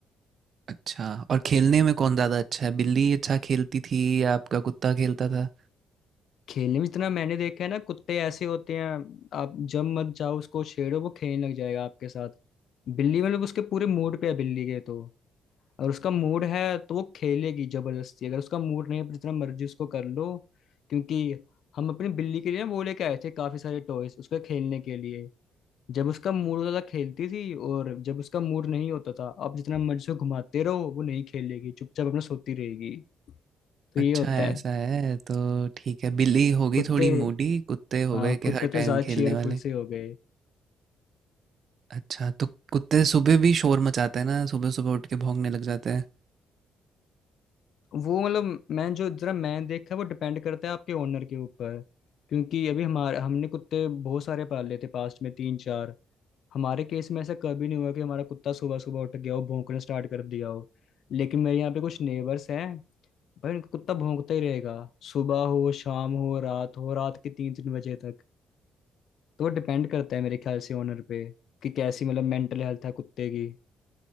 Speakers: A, on the right; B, on the left.
A: अच्छा और खेलने में कौन ज़्यादा अच्छा है बिल्ली अच्छा खेलती थी या आपका कुत्ता खेलता था
B: खेलने में जितना मैंने देखा है ना कुत्ते ऐसे होते हैं आप जब मत जाओ उसको छेड़ो वो खेलने लग जाएगा आपके साथ बिल्ली मतलब उसके पूरे मूड पे है बिल्ली के तो और उसका मूड है तो वो खेलेगी जबरदस्ती अगर उसका मूड नहीं है पर जितना मर्जी उसको कर लो क्योंकि हम अपनी बिल्ली के लिए ना वो लेके आए थे काफी सारे टॉयज उसके खेलने के लिए जब उसका मूड होता था खेलती थी और जब उसका मूड नहीं होता था आप जितना मर्जी से घुमाते रहो वो नहीं खेलेगी चुपचाप अपना सोती रहेगी तो
A: अच्छा
B: ये होता
A: ऐसा
B: है
A: है तो ठीक है बिल्ली हो गई
B: कुत्ते
A: थोड़ी मूडी कुत्ते हो
B: हाँ
A: गए कि
B: कुत्ते
A: हर
B: तो
A: टाइम
B: ज्यादा
A: खेलने
B: चेयरफुल
A: वाले
B: से हो गए
A: अच्छा तो कुत्ते सुबह भी शोर मचाते हैं ना सुबह सुबह उठ के भौंकने लग जाते हैं
B: वो मतलब मैं जो जरा मैं देखा वो डिपेंड करता है आपके ओनर के ऊपर क्योंकि अभी हमारे हमने कुत्ते बहुत सारे पाले थे पास्ट में तीन चार हमारे केस में ऐसा कभी नहीं हुआ कि हमारा कुत्ता सुबह सुबह उठ गया हो भौंकना स्टार्ट कर दिया हो लेकिन मेरे यहाँ पे कुछ नेबर्स हैं भाई उनका कुत्ता भौंकता ही रहेगा सुबह हो शाम हो रात हो रात के तीन तीन बजे तक तो वो डिपेंड करता है मेरे ख्याल से ओनर पे कि कैसी मतलब मेंटल हेल्थ है कुत्ते की